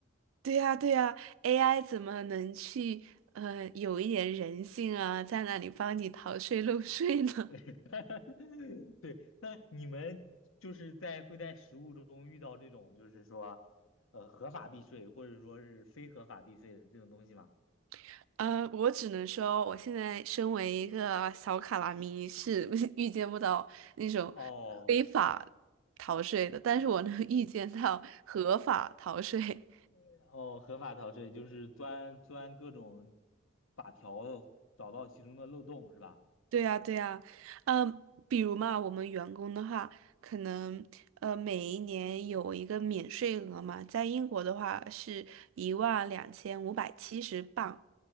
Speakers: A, on the right; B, on the left.
A: 对呀，对呀，AI 怎么能去呃有一点人性啊，在那里帮你逃税漏税呢？
B: <laughs> 对，那你们就是在会在实务中遇到这种就是说，呃，合法避税或者说是非合法避税的这种东西吗？
A: <laughs> 呃，我只能说，我现在身为一个小卡拉咪，是 <laughs> 预见不到那种
B: 哦，
A: 非法逃税的，但是我能预见到合法逃税。
B: 呃哦，合法逃税就是钻钻各种法条，找到其中的漏洞是吧？
A: 对呀，对呀，嗯，比如嘛，我们员工的话，可能呃每一年有一个免税额嘛，在英国的话是一万两千五百七十镑，